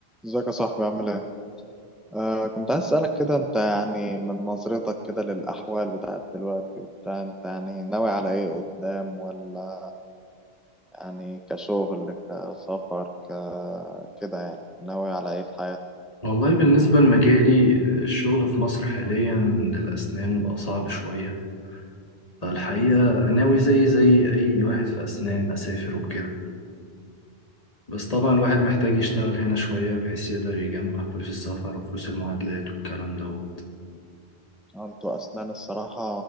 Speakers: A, in the centre; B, on the left (about 40°).
A: ازيك يا صاحبي عامل ايه؟ آه كنت عايز اسألك كده انت يعني من نظرتك كده للأحوال بتاعت دلوقتي وبتاع انت يعني ناوي على ايه قدام ولا يعني كشغل كسفر ك كده يعني ناوي على ايه في حياتك؟
B: والله بالنسبة لمجالي الشغل في مصر حاليا للأسنان بقى صعب شوية فالحقيقة ناوي زي زي أي واحد في أسنان أسافر وكده بس طبعا الواحد محتاج يشتغل هنا شوية بحيث يقدر يجمع فلوس السفر وفلوس المعادلات والكلام دوت
A: انتوا أسنان الصراحة